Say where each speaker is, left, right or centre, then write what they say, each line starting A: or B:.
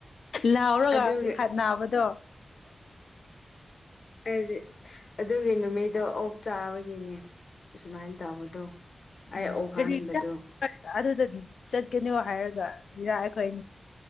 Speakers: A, on the left; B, on the left.
A: ꯂꯥꯎꯔꯒ
B: ꯑꯗꯨꯒꯤ
A: ꯈꯠꯅꯥꯕꯗꯣ
B: ꯍꯥꯏꯗꯤ ꯑꯗꯨꯒꯤ ꯅꯨꯃꯤꯠꯇꯣ ꯑꯣꯛ ꯆꯥꯕꯒꯤꯅꯦ ꯑꯁꯨꯃꯥꯏꯅ ꯇꯧꯕꯗꯣ ꯑꯩ
A: ꯎꯝ
B: ꯑꯣꯛ
A: ꯀꯔꯤ
B: ꯍꯥꯟꯕꯗꯣ
A: ꯑꯗꯨꯗ ꯆꯠꯀꯅꯣ ꯍꯥꯏꯔꯒ ꯃꯤꯔꯥ ꯑꯩꯈꯣꯏ